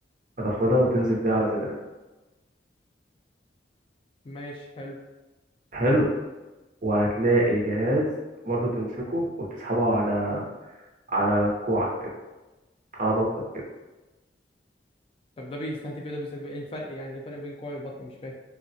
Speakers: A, on the right (about 45°); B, on the left (about 30°).
A: هتاخدها وتنزل بيها على صدرك
B: ماشي حلو
A: حلو وهتلاقي جهاز برضه تمسكه وتسحبه على على كوعك كده على بطنك كده
B: طب ده بيستهدف ايه ده بيستهدف ايه إيه الفرق يعني ايه الفرق بين كوعي وبطني مش فاهم